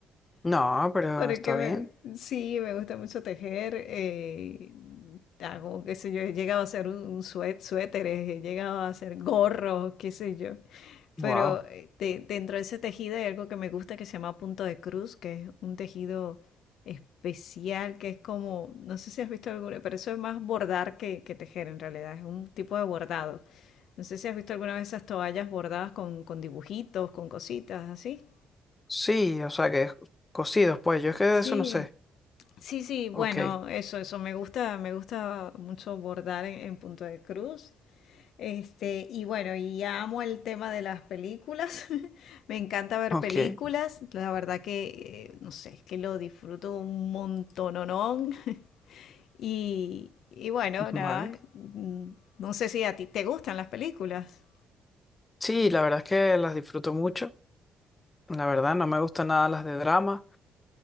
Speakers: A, on the left (about 25°); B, on the left (about 75°).
A: No, pero
B: Porque
A: está bien.
B: me, sí, me gusta mucho tejer. eh, hago, qué sé yo, he llegado a hacer un, un sué- suéteres, he llegado a hacer gorros, qué sé yo.
A: Wow.
B: Pero eh, de- dentro de ese tejido hay algo que me gusta que se llama punto de cruz, que es un tejido especial, que es como, no sé si has visto alguna, pero eso es más bordar que, que tejer en realidad, es un tipo de bordado. No sé si has visto alguna vez esas toallas bordadas con, con dibujitos, con cositas así.
A: Sí, o sea que cocidos, pues yo es que de
B: Sí,
A: eso no sé.
B: Sí, sí, bueno,
A: Ok,
B: eso, eso me gusta, me gusta mucho bordar en, en punto de cruz. Este, y bueno, y amo el tema de las películas. <laughs> Me encanta ver
A: ok,
B: películas. La verdad que, eh, no sé, es que lo disfruto un montononón. <laughs> Y, y bueno, nada,
A: vale.
B: mm, no sé si a ti te gustan las películas.
A: Sí, la verdad es que las disfruto mucho. La verdad, no me gustan nada las de drama.